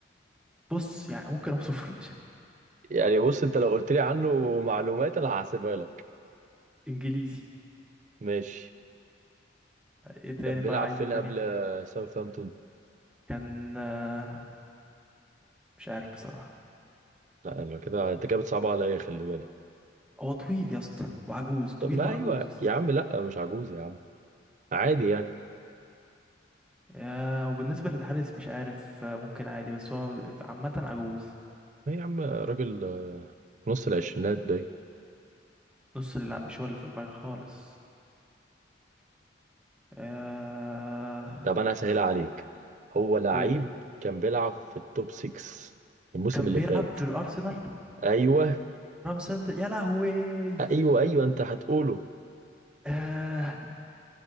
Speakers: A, in the centre; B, on the right.
A: بص يعني ممكن اوصفه
B: يعني بص انت لو قلت لي عنه معلومات انا هحسبها لك
A: <laughs> انجليزي
B: ماشي
A: ايه تاني
B: كان بيلعب
A: بقى عايز
B: فين
A: ايه تاني
B: قبل آه، ساوثهامبتون
A: كان آه، مش عارف بصراحة
B: لا انا كده انت كده بتصعب عليا خلي بالك
A: هو طويل يا اسطى وعجوز طويل
B: طب ما
A: وعجوز
B: ايوه يا عم لا مش عجوز يا عم عادي يعني
A: يا وبالنسبة للحارس مش عارف آه، ممكن عادي بس هو عامة عجوز
B: ايه يا عم راجل آه، في نص العشرينات باين
A: نص اللعب مش هو اللي في دماغي خالص آه...
B: طب انا هسهلها عليك هو لعيب
A: قول
B: كان بيلعب في التوب 6 الموسم
A: كان
B: اللي
A: بيلعب
B: فات
A: في الأرسنال
B: ايوه
A: رامسند يا لهوي
B: ايوه ايوه انت هتقوله
A: آه...